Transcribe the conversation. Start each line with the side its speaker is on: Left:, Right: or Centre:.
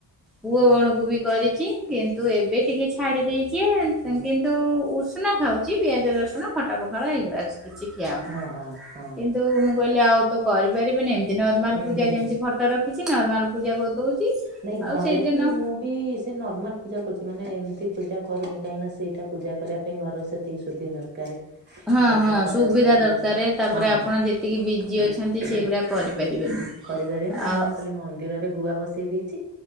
Centre: ପୁଅ ବେଳକୁ ବି କରିଚି। କିନ୍ତୁ ଏବେ ଟିକେ ଛାଡି ଦେଇଛି। କିନ୍ତୁ ଉଷନା ଖାଉଛି ପିଆଜ, ରସୁଣ, ଖଟା, ପଖାଳ ଏଇ ଗୁରା ସ କିଛି ଖିଆ ହଉନି।
Right: ହଁ ହଁ ହଁ
Centre: କିନ୍ତୁ ମୁଁ କହିଲି ଆଉ ତ କରିପାରିବିନି ଏମ ନର୍ମାଲ
Right: ହୁଁ
Centre: ପୂଜା
Right: ହୁଁ।
Centre: ଯେମିତି ଫଟୋ ରଖିଛି। ନର୍ମାଲ ପୂଜା କରିଦଉଛି।
Right: ନାଇଁ ଘରେ
Centre: ଆଉ ସେଇଦିନ
Right: ବି ମୁଁ ବି ସେ ନର୍ମାଲ ପୂଜା କରୁଛି ମାନେ ଏମିତି ପୂଜା କରୁନି କାହିଁକିନା ସେଇଟା ପୂଜା କରିବା ଏ ଘର ସେତିକି ସୁଧି ଦରକାରେ।
Centre: ହଁ
Right: ଛୋଟଛୁଆ
Centre: ହଁ
Right: ଘରେ
Centre: ସୁବିଧା
Right: ଅଛନ୍ତି
Centre: ଦରକାର
Right: ଇଏ ସିଏ
Centre: ତାପରେ
Right: ହଁ।
Centre: ଆପଣ ଯେତିକି ବିଜି ଅଛନ୍ତି ସେଇଗୁଡା କରିପାରିବେନି।
Right: କରିପାରିବେନି ମୁଁ
Centre: ଆଉ
Right: ଖାଲି ମନ୍ଦିରରେ ଗୁଆ ବସେଇ ଦେଇଛି